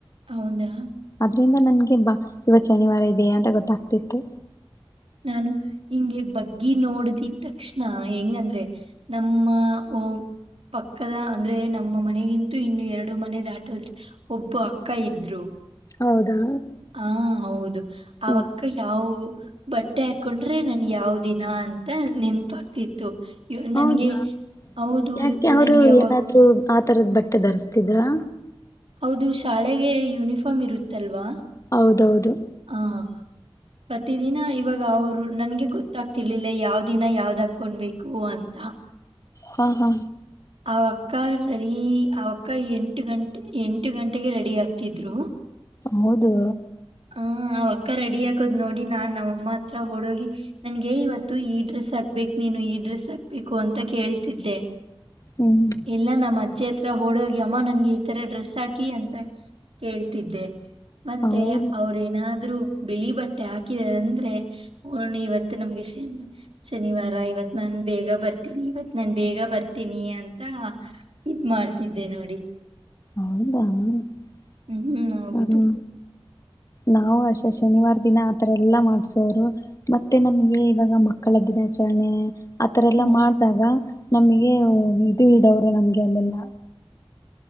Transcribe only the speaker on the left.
ಅದ್ರಿಂದ ನನ್ಗೆ ಬಾ ಇವತ್ ಶನಿವಾರ ಇದೆ ಅಂತ ಗೊತ್ತಾಗ್ತಿತ್ತು
ಹೌದಾ
ಹ್ಮ್
ಹೌದಾ
ಯಾಕೆ ಅವರು
ಏನಾದ್ರು ಆ ತರದ್ ಬಟ್ಟೆ ಧರಿಸ್ತಿದ್ರಾ
ಹೌದೌದು
ಹಾ ಹಾ
ಹೌದು
ಹ್ಮ್
ಹೌದು
ಹೌದಾ ಹ್ಮ
ನಾವು ಅಸ ಶನಿವಾರ ದಿನ ಆತರ ಎಲ್ಲಾ ಮಾಡ್ಸೋರು ಮತ್ತೆ ನಮ್ಗೆ ಇವಾಗ ಮಕ್ಕಳ ದಿನಾಚರಣೆ ಆತರ ಎಲ್ಲಾ
ಮಾಡ್ದಾಗ ನಮಗೆ ಇದು ಇಡವರು ನಮ್ಗೆ ಅಲ್ಲೆಲ್ಲ